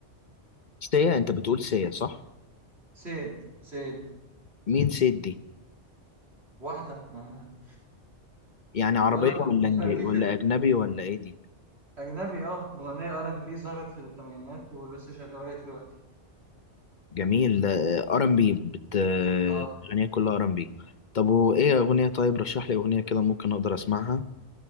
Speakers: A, on the left; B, on the right.
A: سيا انت بتقول سيا صح
B: سيد سيد
A: مين سيد دي
B: واحدة ما
A: يعني عربية
B: بقول لك مغنية
A: ولا انجلي
B: ار ان بي
A: ولا
B: في
A: اجنبي ولا ايه دي
B: أجنبي اه مغنية ار ان بي ظهرت في الثمانينات ولسه شغالة لغاية دلوقتي
A: جميل ده ار ام بي بت
B: اه
A: اغنية كلها ار ام بي طب وايه اغنية طيب رشح لي اغنية كده ممكن اقدر اسمعها